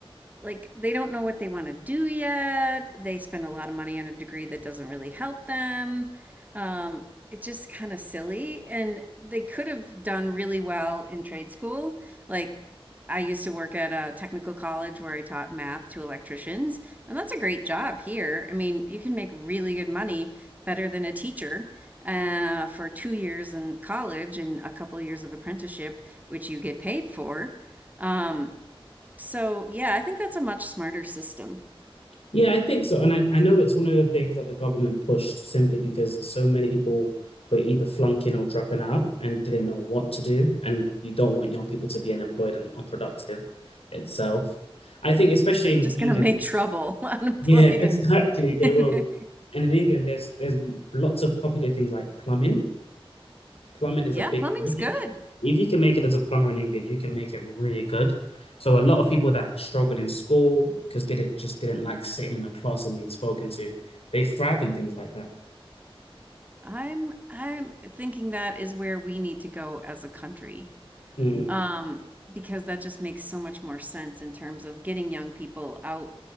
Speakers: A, on the right; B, on the left.
A: like they don't know what they want to do yet. They spend a lot of money on a degree that doesn't really help them. Um, it's just kind of silly. And they could have done really well in trade school. Like I used to work at a technical college where I taught math to electricians, and that's a great job here. I mean, you can make really good money, better than a teacher, uh, for two years in college and a couple years of apprenticeship, which you get paid for. Um, so, yeah, I think that's a much smarter system.
B: Yeah, I think so. And I, I know it's one of the things that the government pushed simply because so many people were either flunking or dropping out and didn't know what to do. And you don't want young people to be unemployed and unproductive itself. I think especially
A: They're
B: in
A: just
B: England,
A: going to make trouble <laughs> unemployed
B: yeah, <laughs> exactly, they
A: and
B: will. And in England, there's there's lots of popular things like plumbing Plumbing
A: <laughs>
B: is
A: Yeah,
B: a big,
A: plumbing's
B: if
A: good.
B: you if you can make it as a plumber in England, you can make it really good. So a lot of people that struggled in school because they did, just didn't like sitting in a class and being spoken to, they thrived in things like that.
A: I'm I'm thinking that is where we need to go as a country.
B: Mm.
A: um, because that just makes so much more sense in terms of getting young people out